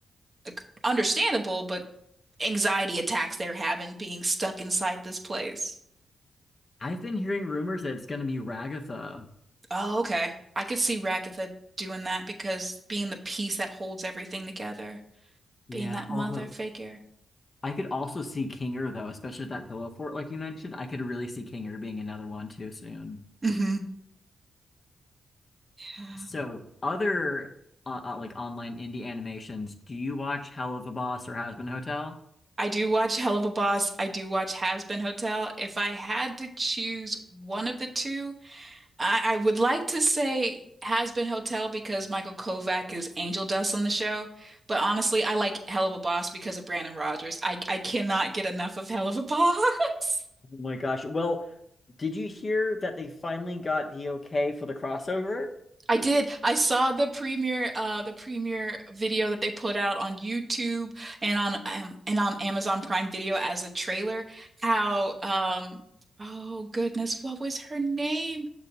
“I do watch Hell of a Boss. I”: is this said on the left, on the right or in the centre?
Right